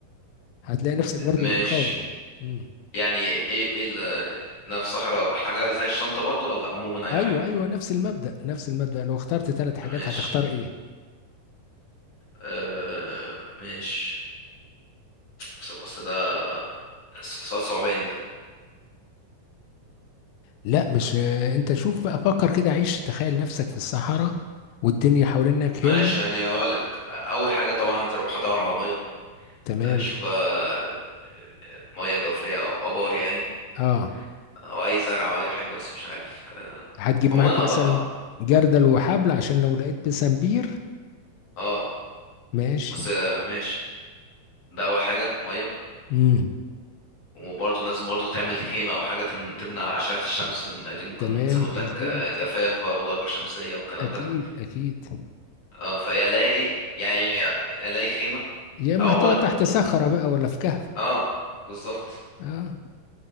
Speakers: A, on the left; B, on the left.
A: هتلاقي نفسك برضه
B: ماشي
A: بتقاوم مم.
B: يعني ايه ايه اللي انا في الصحراء حاجة زي الشنطة برضه ولا عموما اي
A: ايوه
B: حاجة
A: ايوه نفس المبدأ نفس المبدأ لو اخترت ثلاث حاجات
B: ماشي
A: هتختار ايه
B: آه ماشي بس, بس ده س- سؤال صعباني ده
A: لا مش آه، انت شوف بقى فكر كده عيش تخيل نفسك في الصحراء والدنيا حوالينك
B: ماشي
A: هو
B: يعني اقول لك اول حاجة طبعا هنزل اروح ادور على مية
A: تمام
B: اشوف بقى مياه جوفية أو آبار يعني
A: اه
B: أو أي زرع أو أي حاجة بس مش عارف
A: هتجيب
B: عموما
A: معاك مثلا
B: أض- أض-
A: جردل وحبل عشان لو لقيت بسنبير
B: اه
A: ماشي
B: بس آه، ماشي ده اول حاجه ميه
A: امم
B: وبرضه لازم برضه تعمل خيمه او حاجه تم- تمنع اشعه الشمس إن دي ممكن
A: تمام
B: تسبب لك
A: مظبوط
B: آه، جفاف بقى وضربه شمسيه والكلام
A: اكيد
B: ده
A: اكيد
B: اه فيا الاقي يعني الاقي خيمه
A: يا اما
B: او
A: هتقعد
B: بقول لك
A: تحت
B: م...
A: صخرة
B: م...
A: بقى ولا في كهف
B: اه بالظبط
A: اه